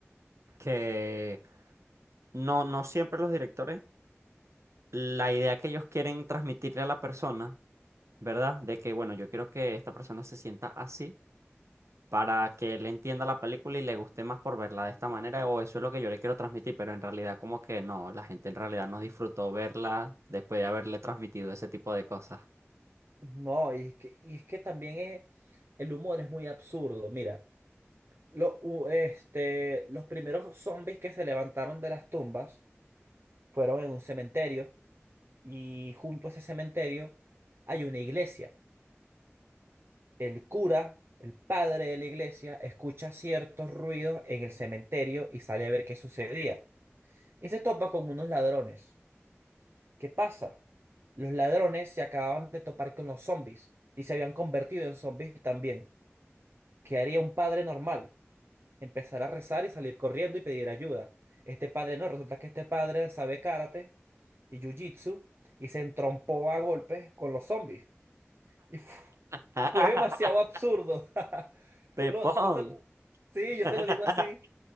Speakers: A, on the right (about 80°); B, on the right (about 55°).
A: que no, no siempre los directores, la idea que ellos quieren transmitirle a la persona, ¿verdad? De que, bueno, yo quiero que esta persona se sienta así para que él entienda la película y le guste más por verla de esta manera, o eso es lo que yo le quiero transmitir, pero en realidad como que no, la gente en realidad no disfrutó verla después de haberle transmitido ese tipo de cosas.
B: No, y es que, y es que también es, el humor es muy absurdo. Mira, lo, u- este, los primeros zombies que se levantaron de las tumbas fueron en un cementerio y junto a ese cementerio hay una iglesia. El cura, el padre de la iglesia, escucha ciertos ruidos en el cementerio y sale a ver qué sucedía. y se topa con unos ladrones. ¿Qué pasa? Los ladrones se acababan de topar con los zombies y se habían convertido en zombies también. ¿Qué haría un padre normal? Empezar a rezar y salir corriendo y pedir ayuda. Este padre no, resulta que este padre sabe karate y jiu-jitsu y se entrompó a golpes con los zombies. Y fu-
A: <laughs>
B: fue demasiado absurdo. <laughs>
A: Pepón.
B: Tú lo- tú te lo- sí,
A: <laughs>
B: yo te lo digo así.